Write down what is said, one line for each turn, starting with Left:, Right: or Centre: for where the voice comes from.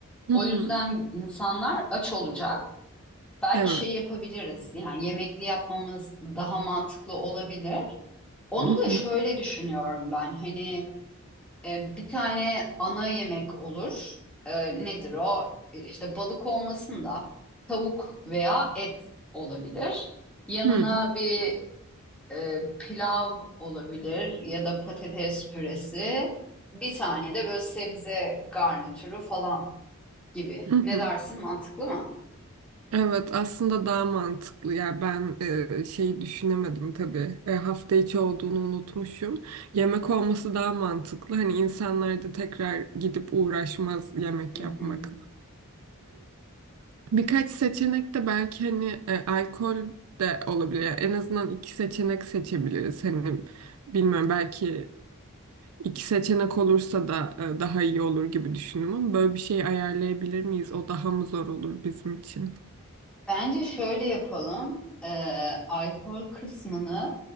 Right: Hı
Centre: O
Right: hı.
Centre: yüzden insanlar aç olacak. Belki
Right: Evet.
Centre: şey yapabiliriz. Yani yemekli yapmamız daha mantıklı olabilir. Onu
Right: <laughs>
Centre: da
Right: Hı
Centre: şöyle düşünüyorum ben. Hani e, bir tane ana yemek olur. E, nedir o? E, İşte balık olmasın da tavuk veya et olabilir. Yanına
Right: hı,
Centre: bir e, pilav olabilir ya da patates püresi. Bir tane de böyle sebze garnitürü falan gibi.
Right: hı
Centre: Ne
Right: hı.
Centre: dersin? Mantıklı mı?
Right: Evet aslında daha mantıklı Yani ben e, şeyi düşünemedim tabii E, hafta içi olduğunu unutmuşum yemek olması daha mantıklı hani insanlar da tekrar gidip uğraşmaz yemek
Centre: Hı hı.
Right: yapmakla. Birkaç seçenek de belki hani e, alkol de olabilir. Yani en azından iki seçenek seçebiliriz. Hani bilmiyorum belki e, iki seçenek olursa da e, daha iyi olur gibi düşündüm ama böyle bir şey ayarlayabilir miyiz? O daha mı zor olur bizim için?
Centre: Bence şöyle yapalım. Ee, alkol kısmını